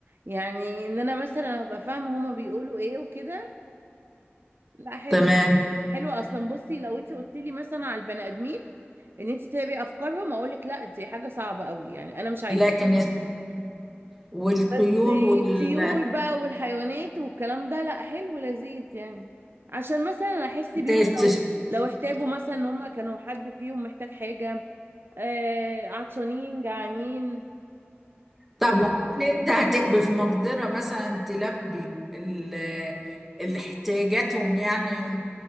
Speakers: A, on the right; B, in the centre.
A: يعني ان انا مثلا ابقى فاهمة هما بيقولوا ايه وكده لا حلو
B: تمام
A: حلو اصلا بصي لو انت قلت لي مثلا على البني ادمين ان انت تتابعي افكارهم اقول لك لا دي حاجة صعبة قوي يعني انا مش عايزاها
B: لكن والطيور
A: بس
B: وال
A: الطيور بقى والحيوانات والكلام ده لا حلو لذيذ يعني عشان مثلا احس بيهم
B: تت-
A: لو لو احتاجوا مثلا ان هما كانوا حد فيهم محتاج حاجة آه عطشانين جعانين
B: طب هل انت هتبقي في مقدرة مثلا تلبي ال- الاحتياجاتهم يعني